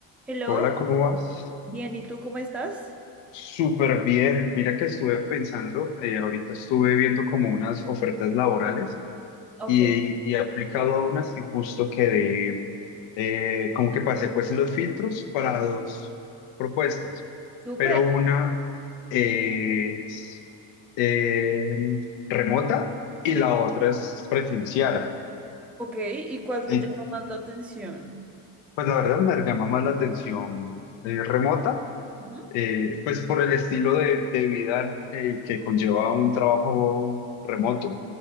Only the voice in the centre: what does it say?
Hello,
bien, ¿y tú cómo estás?
Ok,
súper,
sí.
Ok, ¿y cuál
te llama más la atención?
Ujú.